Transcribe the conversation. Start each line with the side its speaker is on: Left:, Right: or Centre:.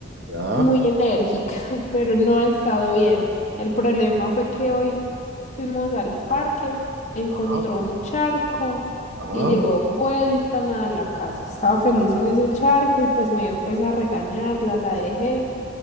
Right: Ya,
Left: muy enérgica, <laughs> pero no ha estado bien. El problema fue que hoy fuimos al parque, encontró
Right: ajá,
Left: un charco
Right: ajá.
Left: y llegó vuelta nada a la casa. Estaba feliz en ese charco y pues me dio pesa regañarla, la dejé,